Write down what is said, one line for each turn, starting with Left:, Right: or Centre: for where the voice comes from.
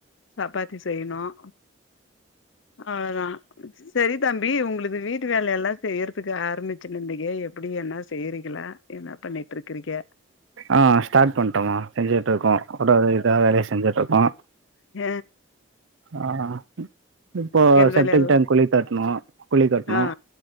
Left: சாப்பாத்தி தி செய்ணும் அவ்ளதா சேரி தம்பி உங்களது வீட் வீட்டு வேலய எல்லாம் செய்யறதுக்கு ஆரம்பிச்சுருந்திங்க அப்படி என்ன செய்யறீங்களா என்ன பண்ணிட்டு இருக்கறீங்க
Right: ஆஹ ஸ்டார்ட் பண்ட்டோமா செஞ்சுட்டு இருக்கோ ஒரு இத வேலையை செஞ்சுட்டு இருக்கோம்
Left: ஹ...
Right: ஆஹ இப்போ செப்டிக்
Left: வேலையெல்லா
Right: டேங் குழி தட்டணும் குழி கட்டணும்
Left: ஆ